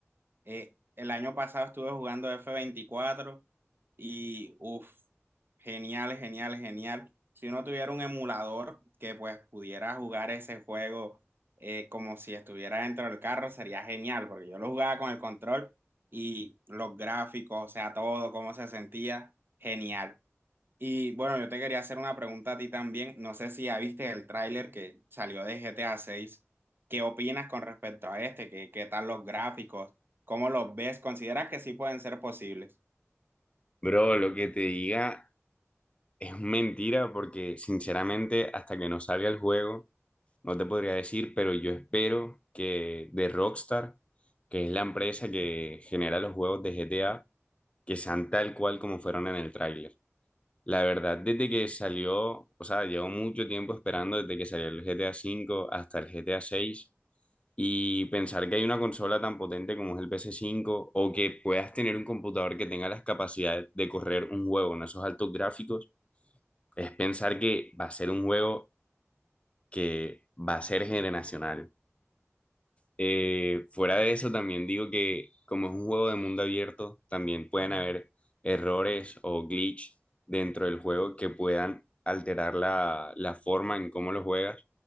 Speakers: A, on the right; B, on the left.
A: eh, el año pasado estuve jugando f veinticuatro y uff, genial, genial, genial. Si uno tuviera un emulador que pues pudiera jugar ese juego eh, como si estuviera dentro del carro, sería genial, porque yo lo jugaba con el control y los gráficos, o sea, todo, cómo se sentía, genial. Y bueno, yo te quería hacer una pregunta a ti también. No sé si ya viste el tráiler que salió de GTA 6. ¿Qué opinas con respecto a este? ¿Qué, qué tal los gráficos? ¿Cómo los ves? ¿Consideras que sí pueden ser posibles?
B: Bro, lo que te diga es mentira porque sinceramente hasta que no salga el juego no te podría decir, pero yo espero que de Rockstar, que es la empresa que genera los juegos de GTA, que sean tal cual como fueron en el tráiler. La verdad, desde que salió, o sea, llevo mucho tiempo esperando desde que salió el GTA V hasta el GTA seis y pensar que hay una consola tan potente como es el ps cinco o que puedas tener un computador que tenga las capacidades de correr un juego en esos altos gráficos, es pensar que va a ser un juego que va a ser generacional. Eh, fuera de eso, también digo que como es un juego de mundo abierto, también pueden haber errores o glitch dentro del juego que puedan alterar la, la forma en cómo lo juegas.